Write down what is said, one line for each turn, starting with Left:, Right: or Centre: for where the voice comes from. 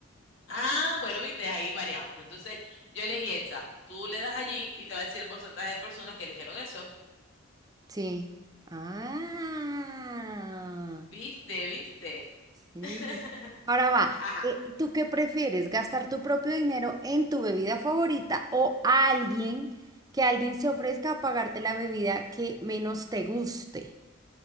Left: Ah, bueno, viste, ahí variamos. Entonces, yo elegí esa. Tú le das allí y te va a decir el porcentaje de personas que eligieron eso.
Right: Sí. Ah,
Left: Viste, viste.
Right: sí.
Left: <laughs>
Right: Ahora va,
Left: Ajá,
Right: eh, ¿tú qué prefieres? ¿Gastar tu propio dinero en tu bebida favorita o alguien que alguien se ofrezca a pagarte la bebida que menos te guste?